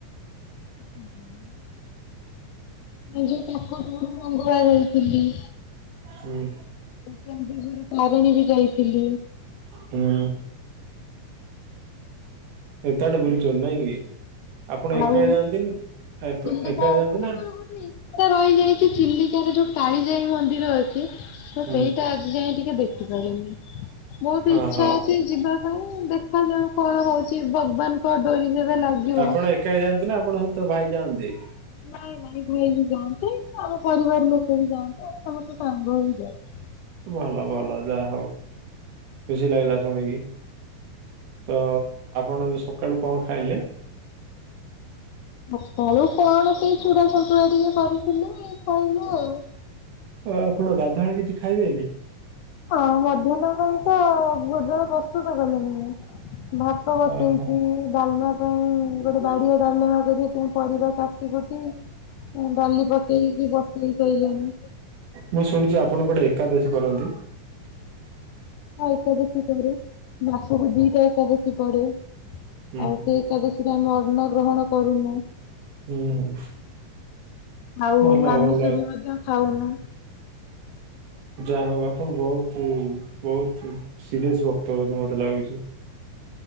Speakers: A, on the left; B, on the right.
A: <inaudible> ମୁ ତାକୁ ଗୁରୁ ମଙ୍ଗଳା ଦେଇଥିଲି।
B: ହୁଁ।
A: କେନ୍ଦୁଝର ତାରିଣୀ ବି ଯାଇଥିଲି।
B: ହୁଁ ଏତେବାଟ ବୁଲିଛନ୍ତି ନାଇଁ କି? ଆପଣ ଏକା
A: ଆଉ
B: ଯାଆନ୍ତି ନା- ଏପ-
A: ଚିଲିକା
B: ଏକା
A: ମାନେ
B: ଯାଆନ୍ତି ନା?
A: ମୋର ଗୋଟେ ଇଛା ରହିଯାଇଛି ଚିଲାକା ରେ ଯୋଉ କାଳିଜାଇ ମନ୍ଦିର ଅଛି ତ
B: ହୁଁ।
A: ସେଇଟା ଆଜି ଯାଇ ଟିକେ ଦେଖିପାରନି। ବହୁତ
B: ଓହୋ
A: ଇଚ୍ଛା ହଛି ଯିବା ପାଇଁ ଦେଖ ଯାଉ କଣ ହଉଛି ଭଗବାନଙ୍କ ଡୋରି ଯେବେ ଲାଗିବ
B: ଆପଣ ଏକା ଯାଆନ୍ତି ନା ଆପଣ ସହିତ ଭାଇ ଯାଆନ୍ତି।
A: ନାଇଁ ନାଇଁ ଭାଇ ବି ଯାଆନ୍ତି ଆମ ପରିବାର ଲୋକ ବି ଯାଆନ୍ତି ଆଉ ସମସ୍ତ ସାଙ୍ଗହେଇକି ଯାଉ।
B: ଭଲ ଭଲ ଯାହା ହଉ ଖୁସି ଲାଗିଲା ଶୁଣିକି। ତ ଆପଣ ସକାଳୁ କଣ ଖାଇଲେ?
A: ସକାଳୁ କଣ ସେ ଚୁରା ସନ୍ତୁରା ଟିକେ କରିଥିଲେ କହିଲୁ ଆଉ।
B: ଆଁ ଆପଣ ଗାଧୁଆଳେ କିଛି ଖାଇବେନି?
A: ହଁ ମଧ୍ୟାହ୍ନ ପାଇଁ ତଭୋଜନ ପ୍ରସ୍ତୁତ କଲେଣିି ମୁଁ। ଭାତ ବସେଇଛି
B: ଓହୋ
A: ଡାଲମା ପାଇଁ ଗୋଟେ ବାଡିଆ ଡାଲମା କରିବା ପାଇଁ ପରିବା କାଟି ଗୋଟି ହୁଁ ଡାଲି ପାକେଇ କି ବଖରି ସାଇଲିଣିି।
B: ମୁଁ ଶୁଣିଛି ଆପଣ ଗୋଟେ ଏକାଦଶୀ କରନ୍ତି।
A: ହଁ ଏକାଦଶୀ କରେ ମାସକୁ ଦିଟା ଏକାଦଶୀ ପଢେ।
B: ହୁଁ
A: ଆଉ
B: ହୁଁ
A: ସେ ଏକାଦଶୀରେ ଆମେ ଅନ୍ନ ଗ୍ରହଣ କରୁନୁ।
B: ହୁଁ ହୁଁ।
A: ଆଉ
B: ଭଲ
A: ଆମିଷ
B: ଭଲ
A: ବି ମଧ୍ୟ ଖାଉନୁ।
B: ଯାହା ହଉ ଆପଣ ବହୁତୁ ବହୁତୁ ସିରିଅସ ଭକ୍ତ ବୋଧେ ମତେ ଲାଗୁଛି।